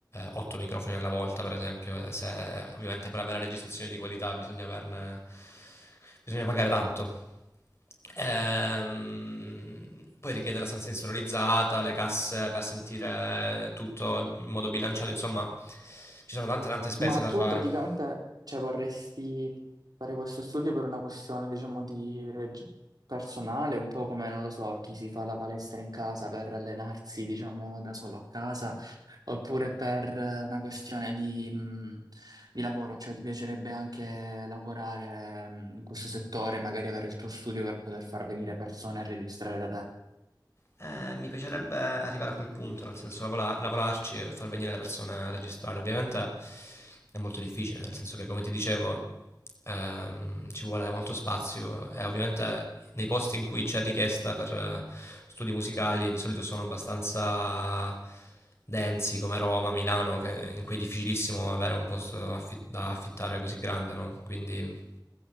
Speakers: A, on the left; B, on the right.
A: 8 microfoni alla volta, per esempio, se, ovviamente per avere registrazioni di qualità bisogna averne bisogna pagare tanto. Ehm, poi richiede la stanza insonorizzata, le casse per sentire tutto in modo bilanciato, insomma ci sono tante tante spese
B: Ma
A: da
B: tu
A: fare.
B: praticamente, cioè, vorresti fare questo studio per una questione, diciamo, di reg- personale, un po' come, non lo so, chi si fa la palestra in casa per allenarsi, diciamo, da solo a casa, oppure per eh, una questione di, mh, di lavoro, cioè ti piacerebbe anche lavorare, mh, in questo settore, magari avere il tuo studio per poter far venire persone a registrare da te.
A: Eh, mi piacerebbe arrivare a quel punto, nel senso lavora- lavorarci e far venire le persone a registrare. Ovviamente è molto difficile, nel senso che come ti dicevo ehm, ci vuole molto spazio e ovviamente nei posti in cui c'è richiesta per eh, studi musicali di solito sono abbastanza densi come Roma, Milano, che- in cui è difficilissimo avere un posto affi- da affittare così grande, no? Quindi